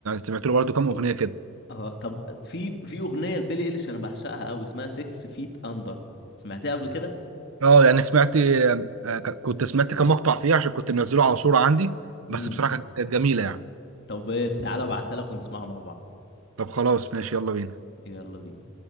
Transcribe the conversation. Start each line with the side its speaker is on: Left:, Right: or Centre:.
Right: سمعت له برضو كام اغنيه كده
Left: اه طب في في اغنيه لبيلي ايليش انا بعشقها قوي اسمها 6 فيت اندر سمعتها قبل كده
Right: اه يعني سمعت آه، آه، كنت سمعت كام مقطع فيه عشان كنت منزله على صوره عندي بس
Left: امم
Right: بصراحه كانت كانت جميله يعني
Left: طب تعالى ابعتها لك ونسمعها مع بعض
Right: طب خلاص ماشي يلا بينا
Left: يلا بينا